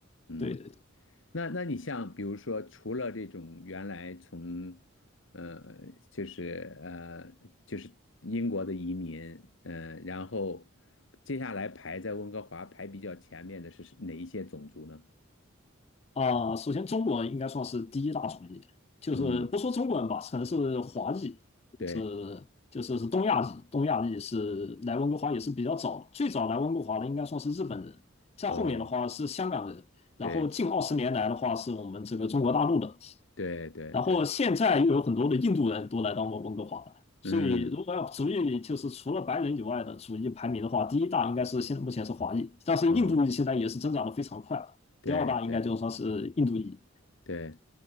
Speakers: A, on the left; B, on the left.
A: 嗯。
B: 对的。
A: 那那你像比如说，除了这种原来从，呃，就是呃，就是英国的移民，嗯、呃，然后接下来排在温哥华排比较前面的是是哪一些种族呢？
B: 啊、首先中国人应该算是第一大种裔，就是不说中国人吧，
A: 嗯，
B: 可能是华裔，
A: 对，
B: 就是就是是东亚裔，东亚裔是来温哥华也是比较早的，最早来温哥华的应该算是日本人，再后面的话是香港人，
A: 哦，
B: 然后近二十年来的话是我们这个中国大陆的，
A: 对对对对，
B: 然后现在又有很多的印度人都来到我们温哥华了，所以如果要族裔，
A: 嗯，
B: 就是除了白人以外的族裔排名的话，第一大应该是现在目前是华裔，但是印度裔现在也是增长的非常快，
A: 哦，对对
B: 第二大应该就算是印度裔，
A: 对。